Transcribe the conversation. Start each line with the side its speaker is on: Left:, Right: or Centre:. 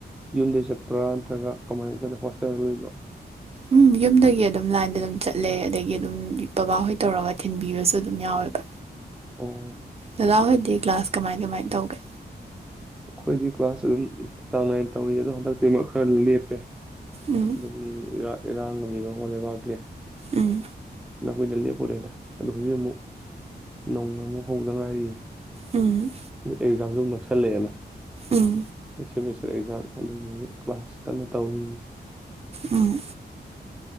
Centre: ꯌꯨꯝꯗꯒꯤꯩ ꯆꯠꯄ꯭ꯔꯥ ꯅꯠꯇ꯭ꯔꯒ ꯀꯃꯥꯏꯅ ꯆꯠꯂꯤ ꯍꯣꯁꯇꯦꯜ ꯂ ꯂꯩꯕ꯭ꯔꯥ
Right: ꯎꯝ ꯌꯨꯝꯗꯒꯤ ꯑꯗꯨꯝ ꯂꯥꯏꯟꯗ ꯑꯗꯨꯝ ꯆꯠꯂꯦ ꯑꯗꯒꯤ ꯑꯗꯨꯝ ꯕꯕꯥꯍꯣꯏ ꯇꯧꯔꯒ ꯊꯤꯟꯕꯤꯕꯁꯨ ꯑꯗꯨꯝ ꯌꯥꯎꯋꯦꯕ
Centre: ꯑꯣ
Right: ꯗꯗꯥꯍꯣꯏꯗꯤ ꯀ꯭ꯂꯥꯁ ꯀꯃꯥꯏ ꯀꯃꯥꯏ ꯇꯧꯒꯦ
Centre: ꯑꯩꯈꯣꯏꯗꯤ ꯀ꯭ꯂꯥꯁ ꯑꯗꯨꯝ ꯆꯥꯡ ꯅꯥꯏꯅ ꯇꯧꯏ ꯑꯗꯣ ꯍꯟꯗꯛꯇꯤꯃꯛ ꯈꯔ ꯂꯦꯞꯄꯦ
Right: ꯎꯝ
Centre: ꯑꯗꯨꯝ ꯌꯥ <unintelligible> ꯏꯔꯥꯡꯒ ꯂꯩꯕ ꯈꯣꯠ <unintelligible> ꯂꯩꯕꯥꯛꯀꯦ
Right: ꯎꯝ
Centre: ꯅꯈꯣꯏꯗ ꯂꯦꯞꯄꯨꯔꯦꯗ ꯑꯗꯣ ꯍꯧꯖꯤꯛ ꯑꯃꯨꯛ ꯅꯧꯅ ꯑꯃꯨꯛ ꯍꯧꯗꯅ ꯍꯥꯏꯥꯏꯔꯤꯌꯦ
Right: ꯎꯝ
Centre: ꯑꯦꯛꯖꯥꯝꯁꯨ ꯑꯗꯨ ꯅꯛꯁꯜꯂꯛꯑꯦꯅ
Right: ꯎꯝ
Centre: ꯑꯁ <unintelligible> ꯃ ꯑꯦꯛꯥꯝ ꯑꯗꯨ ꯀ꯭ꯂꯥꯁ ꯀꯟꯅ ꯇꯧꯔꯤ
Right: ꯎꯝ